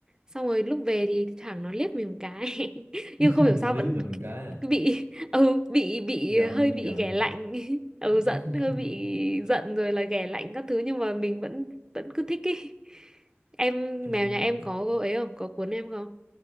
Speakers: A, on the right; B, on the right.
A: xong rồi lúc về thì thẳng nó liếc mình một cái <laughs>
B: <laughs>
A: nhưng không hiểu sao
B: liếc
A: vẫn
B: mình cái à.
A: bị ừ bị bị
B: giận
A: hơi bị
B: giận
A: ghẻ lạnh <laughs> ừ
B: <laughs>
A: giận hơi bị giận rồi là ghẻ lạnh các thứ nhưng mà mình vẫn vẫn cứ thích ấy em
B: chung
A: mèo nhà em có ấy không có cuốn em không